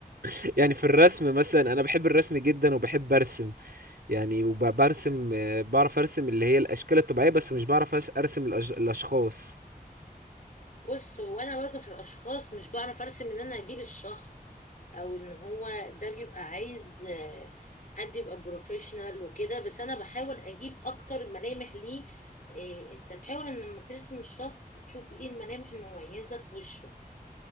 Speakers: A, on the right; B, on the left.
A: <laughs> يعني في الرسم مثلا انا بحب الرسم جدا وبحب ارسم يعني وبرسم بعرف ارسم اللي هي الاشكال الطبيعيه بس مش بعرف أش- ارسم الأش... الاشخاص
B: بص هو أنا برضو في الأشخاص مش بعرف أرسم إن أنا أجيب الشخص أو إن هو ده بيبقى عايز آه، حد يبقى بروفيشنال وكده بس أنا بحاول أجيب أكتر ملامح ليه إيه أنت تحاول إن لما ترسم الشخص تشوف إيه الملامح المميزة في وشه